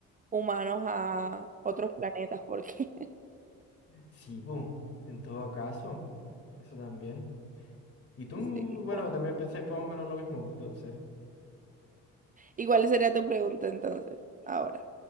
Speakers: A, on the right (about 30°); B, on the left (about 50°).
A: humanos a otros planetas porque,
B: Sí, pues, en todo caso, eso también. Y tú,
A: <laughs> sí,
B: bueno,
A: bueno.
B: también pensáis más o menos lo mismo, entonces.
A: ¿Y cuál sería tu pregunta entonces? Ahora.